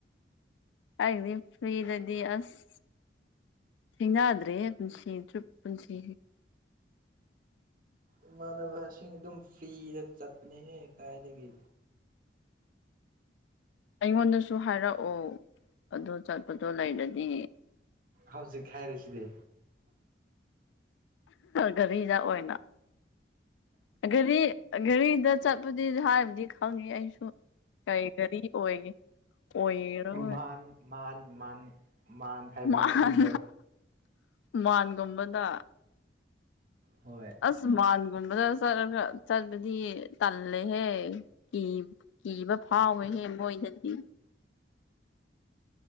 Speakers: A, on the left; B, on the right.
A: ꯑꯩꯒꯤꯗꯤ ꯐ꯭ꯔꯤꯗꯥꯗꯤ ꯑꯁ ꯊꯦꯡꯅꯗ꯭ꯔꯤꯍꯦ ꯄꯨꯟꯁꯤ ꯆꯨꯞ ꯄꯨꯟꯁꯤ
B: ꯏꯃꯥꯟꯅꯕꯁꯤꯡ ꯑꯗꯨꯝ ꯐ꯭ꯔꯤꯗ ꯆꯠꯄꯅꯤꯍꯦ ꯀꯥꯏꯗꯒꯤ
A: ꯑꯩꯉꯣꯟꯗꯁꯨ ꯍꯥꯏꯔꯛꯑꯣ ꯑꯗꯣ ꯆꯠꯄꯗꯣ ꯂꯩꯔꯗꯤ
B: ꯍꯧꯖꯤꯛ ꯍꯥꯏꯔꯤꯁꯤꯗꯤ
A: ꯒꯔꯤꯗꯥ ꯑꯣꯏꯅ ꯒꯥꯔꯤ ꯒꯥꯔꯤꯗ ꯆꯠꯄꯗꯤ ꯍꯥꯏꯕꯗꯤ ꯈꯪꯉꯦ ꯑꯩꯁꯨ ꯀꯔꯤ ꯒꯥꯔꯤ ꯑꯣꯏꯒꯦ ꯑꯣꯏ ꯑꯣꯏꯔꯔꯣꯏ
B: ꯃꯥꯟ ꯃꯥꯟ ꯃꯥꯟ ꯃꯥꯟ ꯍꯥꯏꯕꯁꯤꯡꯗꯣ
A: ꯃꯥꯟ ꯃꯥꯟꯒꯨꯝꯕꯗꯥ
B: ꯍꯣꯏ
A: ꯑꯁ ꯃꯥꯟꯒꯨꯝꯕꯗ ꯆꯠꯂꯒ ꯆꯠꯄꯗꯤ ꯇꯜꯂꯦꯍꯦ ꯀꯤ ꯀꯤꯕ ꯐꯥꯎꯋꯦꯍꯦ ꯃꯣꯏꯗꯥꯗꯤ